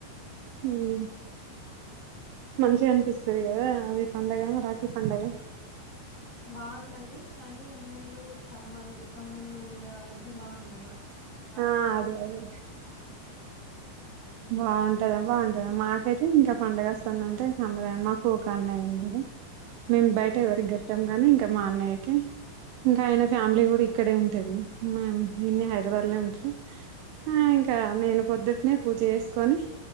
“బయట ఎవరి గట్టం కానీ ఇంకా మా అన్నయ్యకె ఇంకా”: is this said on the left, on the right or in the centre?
Right